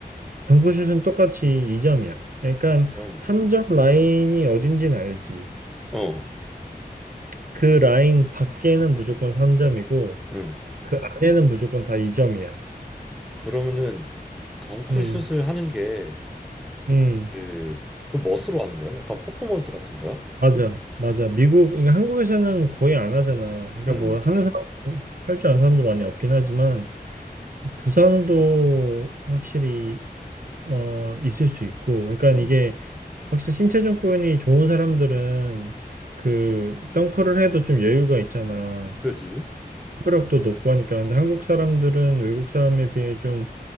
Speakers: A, on the right; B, in the centre.
A: 덩크슛은 똑같이 2점이야. 그러니까
B: 2점.
A: 3점 라인이 어딘지는 알지.
B: 어,
A: 그 라인 밖에는 무조건 3점이고
B: 응.
A: 그 안에는 무조건 다 2점이야.
B: 그러면은 덩크슛을
A: 음.
B: 하는 게
A: 음.
B: 그, 그 멋으로 하는 거야? 약간 퍼포먼스 같은 거야?
A: 맞아, 맞아. 미국, 그러니까 한국에서는 거의 안 하잖아. 그러니까
B: 응,
A: 뭐 하는 사람, 도 할 줄 아는 사람도 많이 없긴 하지만 부상도 확실히 어 있을 수 있고, 그러니까
B: 응.
A: 이게 확실히 신체 조건이 좋은 사람들은 그 덩크를 해도 좀 여유가 있잖아.
B: 그지?
A: 회복력도 높고 하니까. 근데 한국 사람들은 외국 사람에 비해 좀